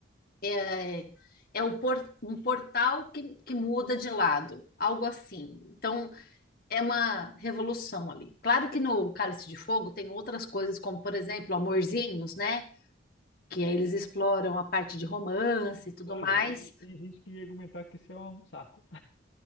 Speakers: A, on the left; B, on the left.
A: é, é o por, um portal que, que muda de lado, algo assim. Então, é uma revolução ali. Claro que no Cálice de Fogo tem outras coisas, como, por exemplo, Amorzinhos, né? Que aí eles exploram a parte de romance e tudo
B: Olha,
A: mais,
B: e tem gente que ia argumentar que isso é um saco. <laughs>